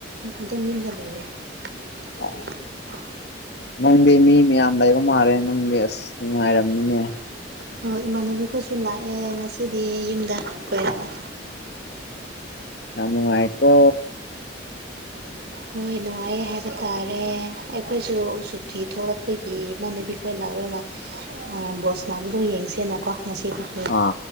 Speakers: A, on the right; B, on the left.
A: ꯑꯗꯨꯝ ꯌꯨꯝꯗ ꯂꯩꯔꯦ <unintelligible>
B: ꯑꯣ ꯅꯪꯗꯤ ꯃꯤ ꯃꯌꯥꯝ ꯂꯩꯕ ꯃꯥꯜꯂꯦ ꯅꯪꯗꯤ ꯑꯁ ꯅꯨꯡꯉꯥꯏꯔꯝꯅꯤꯅꯦ
A: ꯍꯣ ꯏꯃꯥꯟꯅꯕꯤꯈꯣꯏꯁꯨ ꯂꯥꯛꯑꯦ ꯉꯁꯤꯗꯤ ꯌꯨꯝꯗ ꯀꯣꯏꯔꯛꯑꯣ
B: ꯌꯥꯝ ꯅꯨꯡꯉꯥꯏꯀꯣ <inaudible>
A: ꯍꯣꯏ ꯅꯨꯡꯉꯥꯏꯌꯦ ꯍꯥꯏꯕ ꯇꯥꯔꯦ ꯑꯩꯈꯣꯏꯁꯨ ꯁꯨꯇꯤ ꯊꯣꯛꯂꯛꯄꯒꯤ ꯏꯃꯥꯟꯅꯕꯤ ꯈꯣꯏ ꯂꯥꯛꯔꯒ ꯑ ꯕꯣꯜ ꯁꯅꯥꯕꯗꯨ ꯌꯦꯡꯁꯦꯅꯀꯣ ꯉꯁꯤꯀ <unintelligible>
B: ꯑꯥ